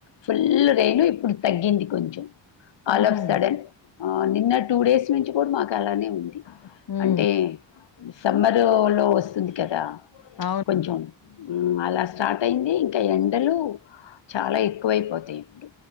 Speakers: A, on the left; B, on the left.
A: ఫుల్ రెను ఇప్పుడు తగ్గింది కొంచెం ఆల్
B: ఉహూ
A: ఆఫ్ సడన్ ఆ నిన్న టూ డేస్ నుంచి కూడా మాకు అలానే ఉంది
B: హ్మ్
A: అంటే సమ్మర్ లో వస్తుంది కదా
B: అవును
A: కొంచెం అలా స్టార్ట్ అయింది ఇంకా ఎండలు చాలా ఎక్కువైపోతాయి ఇప్పుడు